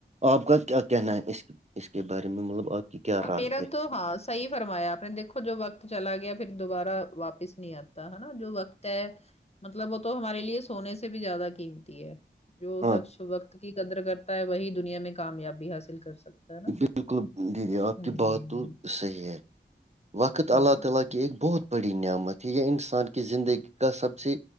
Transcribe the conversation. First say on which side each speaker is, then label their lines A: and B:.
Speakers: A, on the right; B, on the left.
A: آپ کا کیا کہنا ہے اس اس کے بارے میں مطلب آپ کی کیا رائے
B: میرا
A: ہے
B: تو ہاں صحیح فرمایا آپ نے دیکھو جو وقت چلا گیا پھر دوبارہ واپس نہیں آتا ہے نا جو وقت ہے مطلب وہ تو ہمارے لیے سونے سے بھی زیادہ قیمتی ہے جو
A: ہاں
B: شخص وقت کی قدر کرتا ہے وہی دنیا میں کامیابی حاصل کر سکتا ہے نا
A: شکر دیدی آپ
B: ہوں
A: کی بات تو صحیح ہے وقت
B: ہوں
A: اللہ تعالی کے ایک بہت بڑی نعمت ہے یہ انسان کی زندگی کا سب سے